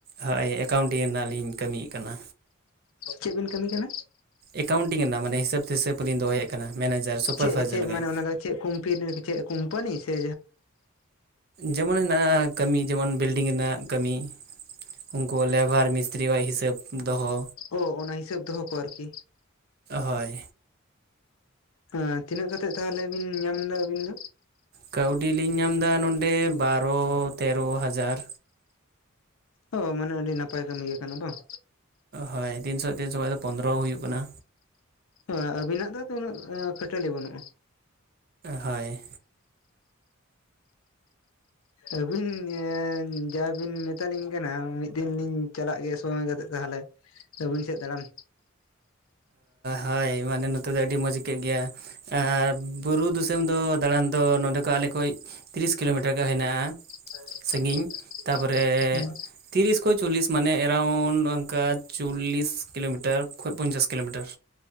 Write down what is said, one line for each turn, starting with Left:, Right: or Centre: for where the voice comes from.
Right: ᱦᱳᱭ ᱮᱠᱟᱣᱩᱱᱴ ᱨᱮᱱᱟᱜ ᱞᱤᱧ ᱠᱟᱹᱢᱤᱭᱮᱫ ᱠᱟᱱᱟ
Left: ᱪᱮᱫ ᱵᱤᱱ ᱠᱟᱹᱢᱤ ᱠᱟᱱᱟ
Right: ᱮᱠᱟᱣᱩᱱᱴᱤᱝ ᱨᱮᱱᱟᱜ ᱢᱟᱱᱮ ᱦᱤᱥᱟᱹᱵ ᱛᱮᱥᱟᱹᱵᱽ ᱞᱤᱧ ᱫᱚᱦᱚᱭᱮᱫ ᱠᱟᱱᱟ ᱢᱮᱱᱮᱡᱟᱨ ᱥᱩᱯᱟᱨ
Left: ᱪᱮᱫ
Right: ᱵᱷᱟᱭᱡᱟᱨ
Left: ᱪᱮᱫ
Right: ᱞᱮᱠᱟᱧ
Left: ᱢᱟᱱᱮ ᱚᱱᱟ ᱫᱚ ᱪᱮᱫ ᱠᱳᱢᱯᱟᱱᱤ ᱪᱮᱫ ᱠᱳᱢᱯᱟᱱᱤ ᱥᱮ
Right: ᱡᱮᱢᱚᱱ ᱦᱮᱱᱟᱜ ᱠᱟᱹᱢᱤ ᱡᱮᱢᱚᱱ ᱵᱤᱞᱰᱤᱝ ᱨᱮᱱᱟᱜ ᱠᱟᱹᱢᱤ ᱩᱱᱠᱩ ᱞᱮᱵᱷᱟᱨ ᱢᱤᱥᱛᱨᱤᱭᱟᱜ ᱦᱤᱥᱟᱹᱵ ᱫᱚᱦᱚ
Left: ᱚ ᱚᱱᱟ ᱦᱤᱥᱟᱹᱵ ᱫᱚᱦᱚ ᱠᱚ ᱟᱨᱠᱤ
Right: ᱦᱳᱭ
Left: ᱚᱮᱸ ᱛᱤᱱᱟᱹᱜ ᱠᱟᱛᱮ ᱛᱟᱦᱞᱮ ᱵᱤᱱ ᱧᱟᱢ ᱫᱟ ᱟᱹᱵᱤᱱ ᱫᱚ
Right: ᱠᱟᱹᱣᱰᱤ ᱞᱤᱧ ᱧᱟᱢ ᱫᱟ ᱱᱚᱰᱮ ᱵᱟᱨᱚ ᱛᱮᱨᱚ ᱦᱟᱡᱟᱨ
Left: ᱚ ᱢᱟᱱᱮ ᱟᱹᱰᱤ ᱱᱟᱯᱟᱭ ᱠᱟᱹᱢᱤ ᱜᱮ ᱠᱟᱱᱟ ᱵᱟᱝ
Right: ᱦᱳᱭ ᱛᱤᱱ ᱥᱚ ᱛᱤᱱ ᱥᱚ ᱠᱟᱛᱮ ᱯᱚᱸᱫᱽᱨᱚ ᱦᱩᱭᱩᱜ ᱠᱟᱱᱟ
Left: ᱦᱚ ᱟᱵᱤᱱᱟᱜ ᱫᱚ ᱳᱱᱟᱹᱜ ᱠᱷᱟᱹᱴᱟᱹᱞᱤ ᱵᱟᱹᱱᱩᱜᱼᱟ
Right: ᱦᱳᱭ
Left: ᱟᱹᱵᱤᱱ <unintelligible> ᱡᱟ ᱵᱤᱱ ᱢᱮᱛᱟᱞᱤᱧ ᱠᱟᱱᱟ ᱢᱤᱫ ᱫᱤᱱ ᱞᱤᱧ ᱪᱟᱞᱟᱜ ᱜᱮ ᱥᱚᱢᱚᱭ ᱠᱟᱛᱮᱫ ᱛᱟᱦᱚᱞᱮ ᱟᱹᱵᱤᱱ ᱥᱮᱫ ᱫᱟᱬᱟᱱ
Right: ᱦᱳᱭ ᱢᱟᱱᱮ ᱱᱚᱛᱮ ᱫᱚ ᱟᱹᱰᱤ ᱢᱚᱡᱽ ᱟᱹᱭᱠᱟᱹᱜ ᱜᱮᱭᱟ ᱟᱨ ᱵᱩᱨᱩ ᱫᱤᱥᱚᱢ ᱫᱚ ᱫᱟᱬᱟᱱ ᱫᱚ ᱱᱚᱰᱮ ᱠᱷᱚᱱ ᱟᱞᱮ ᱠᱷ ᱼᱼ ᱛᱤᱨᱤᱥ ᱠᱤᱞᱳᱢᱤᱴᱟᱨ ᱜᱟ ᱦᱮᱱᱟᱜᱼᱟ
Left: <inaudible>
Right: ᱥᱟᱺᱜᱤᱧ ᱛᱟᱯᱚᱨᱮ
Left: ᱦᱩᱸ
Right: ᱛᱤᱨᱤᱥ ᱠᱷᱚᱱ ᱪᱚᱞᱞᱤᱥ ᱢᱟᱱᱮ ᱮᱨᱟᱣᱩᱱᱰ ᱚᱱᱠᱟ ᱪᱚᱞᱞᱤᱥ ᱠᱤᱞᱳᱢᱤᱴᱟᱨ ᱠᱷᱚᱱ ᱯᱚᱧᱪᱟᱥ ᱠᱤᱞᱳᱢᱤᱴᱟᱨ